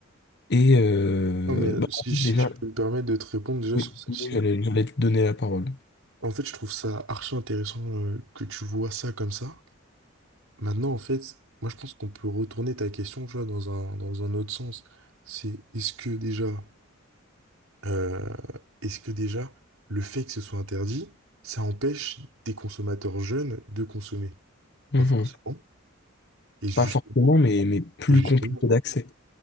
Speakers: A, on the left; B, on the right.
A: Et euh,
B: Non, mais euh,
A: bah,
B: si,
A: en fait,
B: si
A: déjà,
B: je peux me permettre de te répondre déjà
A: oui,
B: sur celle-ci,
A: oui, j'allais, j'allais te donner la parole.
B: en fait, je trouve ça archi intéressant euh, que tu vois ça comme ça. Maintenant, en fait, moi, je pense qu'on peut retourner ta question, tu vois, dans un, dans un autre sens. C'est est-ce que déjà Euh, est-ce que déjà, le fait que ce soit interdit, ça empêche des consommateurs jeunes de consommer?
A: Mhm.
B: Pas forcément. Et justement,
A: Pas forcément, mais, mais plus
B: et justement,
A: compliqué d'accès.